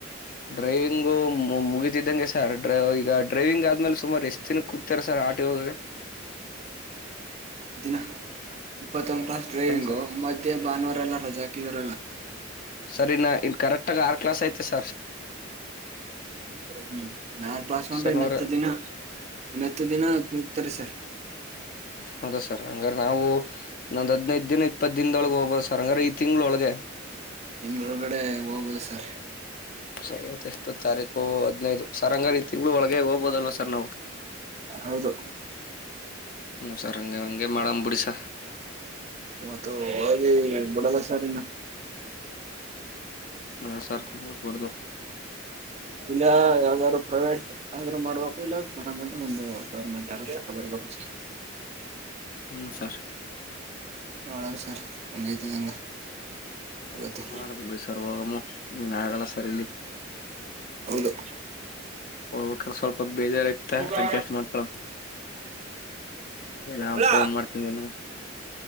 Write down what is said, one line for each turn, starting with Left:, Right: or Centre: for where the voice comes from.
Left: ಡ್ರೈವಿಂಗು ಮುಗಿತಿದ್ದಂಗೆ ಸರ್ ಡ್ರೈ ಈಗ ಡ್ರೈವಿಂಗ್ ಆದ್ಮೇಲೆ ಸುಮಾರು ಎಷ್ಟ್ ದಿನಕ್ಕೆ ಹೂಗ್ತಾರ ಸರ್ ಆರ್ ಟಿ ಓಗೆ
Right: ಹ. ಇಪ್ಪತ್ತೊಂದ ಕ್ಲಾಸ್ ಡ್ರೈವಿಂಗು
Left: ಸರ್
Right: ಮಧ್ಯೆ ಭಾನುವಾರ ಎಲ್ಲ ರಜಾ ಹಾಕಿದಾರಲ್ಲಾ.
Left: ಸರಿನಾಾ ಇನ್ ಕರೆಕ್ಟ್ ಆಗ ಆರ್ ಕ್ಲಾಸ್ ಐತೆ ಸ
Right: ಹ್ಮ ನಾಾರ್ ಪ್ರಾಸ ಅ್ರೆ
Left: ಶನಿವಾರ
Right: ಇನ್ನತ್ತು ದಿನ ಇನ್ನತ್ತು ದಿನ. ಸರಿ ಸರ್.
Left: ಹೌದಾ ಸರ್ ಹಂಗ್ರ ನಾವು ಒ--ದ್ ಹದ್ನೈದ ದಿನ ಇಪ್ಪತ್ ದಿನದೊಳಗೆ ಹೋಗ್ಬೋದು ಸರ್ ಹಂಗ್ರ ಈ ತಿಂಗಗಳೊಳಗೆ
Right: ತಿಂ--ಳೂ ಒಳಗಡೆ ಹೋಗ್ಬೋದು ಸರ್
Left: ಸರಿ ಇತ್ತ ಎಷ್ಟು ತಾರೀಕು ಹದ್--ನೈದು ಸರ್ ಹಂಗ ರ ಈ ತಿಂಗಳು ಒಳಗೆ ಹೋಗ್ಬೋದಲ್ಲ ಸರ್ ನಾವು
Right: ಹೌದು
Left: ಹ್ ಸರ್ ಹಗೆ ಹಗೆ ಮಾಡಂಬಂಬಿಡಿ ಸ
Right: ಮತ್ತ ಹ ಬುಡಲ್ಲ ಸರಿನ್ನು
Left: ಹಾ ಸರ್ ಕೊಡ್ದು
Right: ಇಲ್ಲ ಯಾವಾದ್ರು ಪ್ರೈವೇಟ್ ಆದ್ರರು ಮಾಡ್ಬೇಕು ಇಲ್ಲ ಬರಂಗಂಂತ ಒಂದು ಗವರ್ಮೆಂಟ್ ಆದ ಬರ್ಬೇಕು.
Left: ಹ್ಮ್ ಸರ್.
Right: ನೋಡಣ ಸರ್ ಹೆಂಗಐತದ ಹಂಗ. ಇವತ್ತು.
Left: ಮಾಡಮ್ ಬಿಡಿ ಸರ್ ಹೋಗಮ್ಮ ಹ್ಮ್ ಆಗಲ್ಲ ಸರ್
Right: ಹೌದು.
Left: ಹೋಗ ಸ್ವಲ್ಪ ಬೇಜಾರ. ಇತ್ತ
Right: ತಗ.
Left: ಅಡ್ಜಸ್ಟ್ ಮಾಡ್ಕೊಳಮ್ ನಾ
Right: ಲ
Left: ಫೋನ್ ಮಾಡ್ತೀನಿ ನಿನ್ನ